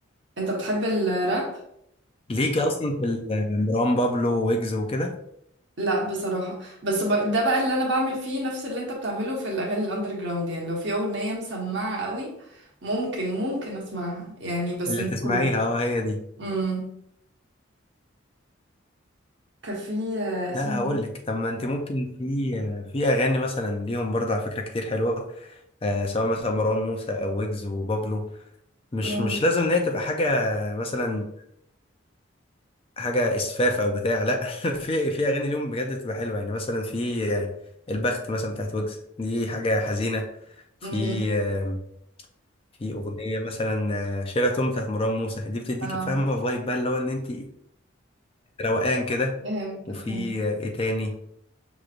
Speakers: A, on the right (about 60°); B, on the left (about 30°).
A: انت بتحب الراب
B: ليكي اصلا في ال- مروان بابلو ويجز وكده
A: لا بصراحة بس ب... ده بقى اللي انا بعمل فيه نفس اللي انت بتعمله في الاغاني الاندر جراوند يعني لو في اغنية مسمعة قوي ممكن ممكن اسمعها يعني بس
B: اللي
A: مش
B: تسمعيها
A: كوري
B: اه هي دي
A: امم كان في آه، اسمه
B: لا هقول لك طب ما انت ممكن في في اغاني مثلا ليهم برضه على فكره كتير حلوه آه سواء مثلا مروان موسى او ويجز وبابلو مش
A: امم
B: مش لازم ان هي تبقى حاجه مثلا حاجه اسفاف او بتاع لا <laughs> في في اغاني ليهم بجد بتبقى حلوه يعني مثلا في آه، البخت مثلا بتاعت ويجز دي حاجه حزينه في
A: امم
B: آه، في اغنيه مثلا آه، شيراتون بتاعت مروان موسى دي بتديكي
A: اه
B: فاهمه فايب بقى اللي هو ان انت روقان كده
A: فهمت
B: وفي
A: فهمت
B: آه، ايه تاني